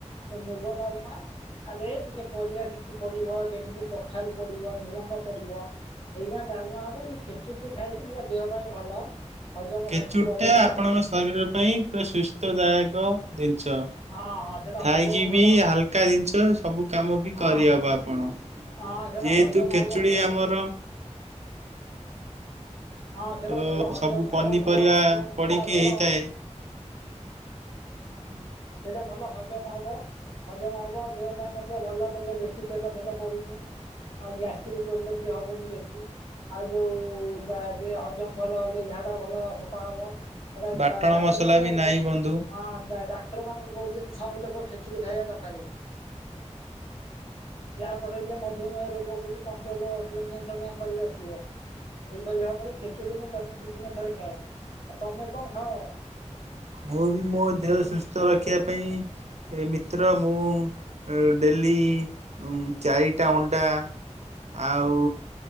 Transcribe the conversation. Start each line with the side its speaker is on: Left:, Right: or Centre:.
Left: ସେ ମୁଗ ଡାଲମା ରେ ଟିକେ ପରିବା କିଛି ପଡିବ। ଯେମିତି କଖାରୁ ପଡିବ, ଝୁଡଙ୍ଗ ପଡିବ, ଏଇ ଯା ଡାଲମା ହବ ସେ ଖେଚୁଡ଼ିଟି ଖାଇଲେ ସେଟା ଦେହ ପାଇଁ ଭଲ। ହଜମ
Right: ଖେଚୁଡ଼ି
Left: ଶକ୍ତି ବଢ଼େଇବ
Right: ଟା ଆପଣଙ୍କ ଶରୀର ପାଇଁ ପୁରା ସୁସ୍ଥ ଦାୟକ। ଦିନ୍ ଆଚ୍ଛା।
Left: ହଁ ହଁ ସେଟା
Right: ଖାଇକି
Left: ହଜମ ଭଲ
Right: ବି ହାଲକା ଜିନିଷ ସବୁ କାମ ବି
Left: ହଁ
Right: କରିହବ
Left: ହଁ
Right: ଆପଣ
Left: ହଁ ସେଟା
Right: ଯେହେତୁ
Left: ହଜମ
Right: କେଚୁଡି
Left: ହବ
Right: ଆମର
Left: ହଁ ସେଟା
Right: ଅ
Left: ଭଲ ହଜମ।
Right: ସବୁ ପନିପରିବା
Left: ହେଟା ଭଲ ହଜମ।
Right: ପଡିକି
Left: ସେଟା ଭଲ
Right: ହେଇଥାଏ
Left: ହୁଁ ସେଟା ଭଲ ହଜମ ହବ। ହଜମ ହବ ଆଉ ଦେହ ପାଇଁ ମଧ୍ୟ ଭଲ ତାଦେହରେ ବେଶୀ ତେଲ ଫେଲ ପଡୁନି ଆଉ ଗ୍ୟାଷ୍ଟ୍ରିକ ପ୍ରୋବ୍ଲେମ୍ ବି ହବନି ବେଶୀ ଆଉ ଯୋଉ ଦ ଇଏ ହଜମ ଭଲ ହେଲେ ଝାଡ ଡ଼ା ଭଲ ସଫା ହବ। ଏଟା
Right: ବାଟଣ
Left: ଡ଼ା ଡାକ୍ତରମାନେ
Right: ମସଲା ବି
Left: ଏଟା
Right: ନାହିଁ ବନ୍ଧୁ।
Left: ହଁ ଡ଼ା ଡାକ୍ତର ମାନେ ବି କହୁଚନ୍ତି ସବୁଲୋକ ଖେଚୁଡି ଖାଇବା ଦକାରେ। ଯାହାପେଟରେ ସେ ମଧୁମେହ ରୋଗକୁ ବି କଣ୍ଟ୍ରୋଲ ଟିକେ ନିୟନ୍ତ୍ରଣ କରି ରଖିବ। ଏହିପରି ଭାବରେ ଖେଚୁଡି ମୁଁ ପ୍ରତି ଦି ଦିନ ଥରେ ଖାଏ। ଆଉ ତମେ କଣ ଖାଅ?
Right: ମୁଁ ବି ମୋ ଦେହ ସୁସ୍ଥ ରଖିବା ପାଇଁ ଏ ମିତ୍ର ମୁଁ? ଡେଲି ଉଁ ଚାରିଟା ଅଣ୍ଡା, ଆଉ